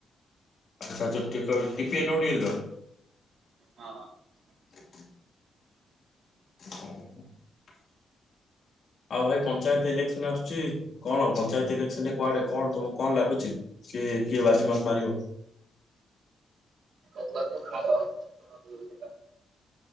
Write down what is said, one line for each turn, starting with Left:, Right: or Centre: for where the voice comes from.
Left: ଆଚ୍ଛା ହଉ ଯୋଉ
Right: ହଁ
Left: <unintelligible> <inaudible> ଆଉ ଭାଇ ପଞ୍ଚାୟତ ଇଲେକ୍ସନ
Right: ହଁ।
Left: ଆସୁଛି। କଣ ପଞ୍ଚାୟତ ଇଲେକ୍ସନ ରେ କୁଆଡେ କଣ ତମକୁ କଣ ଲାଗୁଚି? କିଏ କିଏ ବାଜି ମାତ୍ ମାରିବ?
Right: ସେକଥା ଛାଡ଼ <unintelligible>